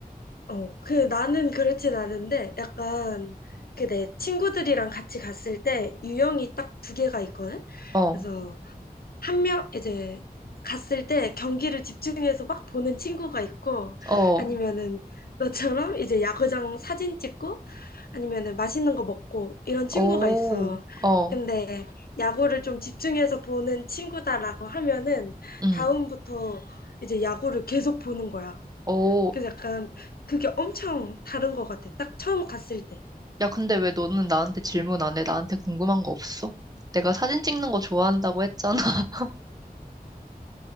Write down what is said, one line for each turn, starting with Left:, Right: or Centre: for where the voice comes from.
Left: 어, 그 나는 그렇진 않은데, 약간, 그 내 친구들이랑 같이 갔을 때 유형이 딱 두 개가 있거든?
Right: 어.
Left: 그래서, 한 명 이제 갔을 때 경기를 집중해서 막 보는 친구가 있고
Right: 어,
Left: 아니면은 너처럼 이제 야구장 사진 찍고 아니면은 맛있는 거 먹고 이런 친구가
Right: 오,
Left: 있어.
Right: 어,
Left: 근데 야구를 좀 집중해서 보는 친구다라고 하면은
Right: 응,
Left: 다음부터 이제 야구를 계속 보는 거야.
Right: 오.
Left: 그래서 약간 그게 엄청 다른 것 같아. 딱 처음 갔을 때.
Right: 야, 근데 왜 너는 나한테 질문 안 해? 나한테 궁금한 거 없어? 내가 사진 찍는 거 좋아한다고 했잖아. <laughs>